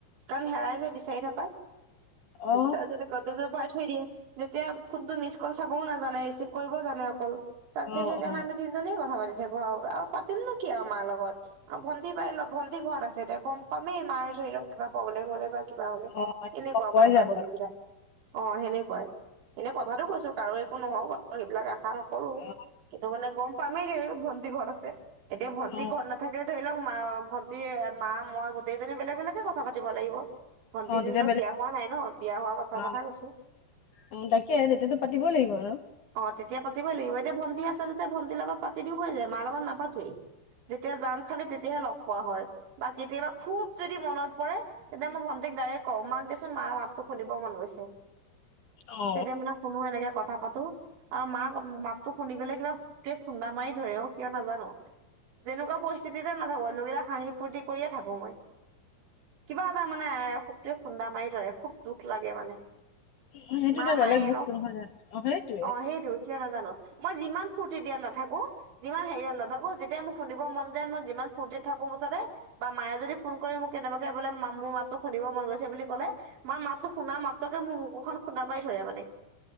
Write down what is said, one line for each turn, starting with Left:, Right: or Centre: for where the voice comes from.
Right: কাৰণ হেৰাই যায় বিচাৰি নাপায়
Left: অ
Right: তাৰপিছতে গদজৰ পাৰ থৈ দিয়ে। তেতিয়া কোনটো মিচ কল চাবও নাজানে। কৰিব জানে অকল তাতকে
Left: অ
Right: সেইকাৰণে
Left: অ
Right: আমি তিনিজনে কথা পাতি থাকো, আৰু তেমনো কি আৰু মাৰ লগত আৰু ভন্টি পাই ভন্টি ঘৰত আছে এতিয়া গম পামেই মাৰ ধৰিক কিবা প্ৰব্লেম হলে বা কিবা হলে
Left: অ
Right: এনেকুৱা
Left: অ পোৱাই
Right: মানে
Left: যাব
Right: কাহিনী
Left: আৰু
Right: বিলাক অ সেনেকুৱাই এনেকুৱাই কথাাতটো কৈছো কাৰো একো নহওক সবিলাক আশা নকৰো
Left: অ
Right: কিন্তু মানে গম পামেই ভন্টি ঘৰ আছে এতিয়া ভন্টি
Left: অ
Right: ঘৰ নাথাকিলে ধৰি লওক ভন্টি মা মই গোটেইজনী বেলেগ বেলেগে কথা পাতিব লাগিব। ভণ্টি
Left: অ
Right: ধৰি
Left: তেতিয়া
Right: লওক
Left: বেলেগ
Right: বিয়া হোৱা নাই ন বিয়া হোৱা পাছৰ
Left: অ
Right: কথা কৈছো।
Left: অ তাকে আহে তেতিয়াতো পাতিবই লাগিব আৰু
Right: অ তেতিয়া পাতিবই লাগিব এতিয়া ভণ্টি আছে যেতিয়া ভন্টিৰ লগত পাতি দিও হৈ যায় মা লগত নাপাতোৱেই। যেতিয়া যাম খালি তেতিয়াহে লগ পোৱা হয় বা কেতিয়াবা। খুব যদি মনত পৰে তেতিয়া মই ভণ্টিক ডাইৰেক্ কওঁ মাক দেচোন মাৰ মাতটো শুনিব মন গৈছে।
Left: অ
Right: তেতিয়া মানে শুনো এনেকে কথা পাতো। আৰু মাক মাতটো শুনি গ'লে কিবা সটে খুন্দা মাৰি ধৰে অ কিয় নাজানো। তেনেকুৱা পৰিস্থিতিতে নাথাকো লাগিলে হাঁহি ফূুৰ্তি কৰিয়ে থাকো মই, কিবা এটা মানে এ সুকে খুন্দা মাৰি ধৰে খুব দুখ লাগে মানে
Left: অ সেইটো
Right: মা
Left: এটা বেলেগ
Right: মায়ে
Left: বস্তু
Right: ন
Left: নহয় অ সেইটো
Right: অ সেইটো কিয় নাজানো। মই যিমান ফূুৰ্তি দিয়া নাথাকো যিমান হেৰি নাথাকো যেতিয়া মোক শুনিব মন যায় মই যিমান ফফুৰ্তি থাকো। মুঠতে বা মায়ে যদি ফোন কৰি মোক কেনেবাকে বোলে মোৰ মাতোক শুনিব মন গৈছে বুলি ক'লে মাৰ ম। শুনা মাত্ৰকে মোৰ বকুখন খুন্দা মাৰি ধৰে মানে।